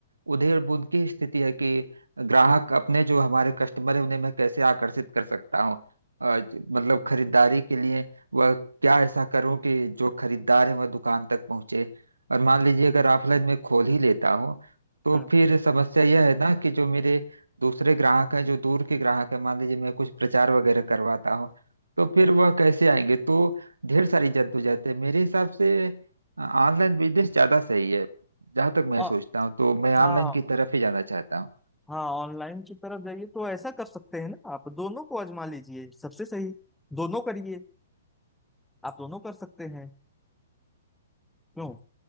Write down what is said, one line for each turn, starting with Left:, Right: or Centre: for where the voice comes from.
Right: उधेड़ बुन की स्थिति है कि ग्राहक अपने जो हमारे कस्टमर है उन्हें मैं कैसे आकर्षित कर सकता हूँ आ, ज- मतलब खरीदारी के लिए वह क्या ऐसा करूं कि जो खरीदार है वह दुकान तक पहुंचे और मान लीजिए अगर ऑफलाइन में खोल ही लेता हूँ तो
Centre: हाँ
Right: फिर समस्या यह है ना कि जो मेरे दूसरे ग्राहक हैं जो दूर के ग्राहक हैं मान लीजिए मैं कुछ प्रचार वगैरह करवाता हूँ तो फिर वह कैसे आएंगे तो ढेर सारी जद्दोजहद है मेरे हिसाब से ऑनलाइन बिजनेस ज्यादा सही है जहां तक मैं
Centre: और
Right: सोचता हूँ तो मैं ऑनलाइन
Centre: हाँ
Right: की तरफ ही जाना चाहता हूँ
Centre: हाँ ऑनलाइन की तरफ जाइए तो ऐसा कर सकते हैं ना आप दोनों को आजमा लीजिए सबसे सही दोनों करिए आप दोनों कर सकते हैं क्यों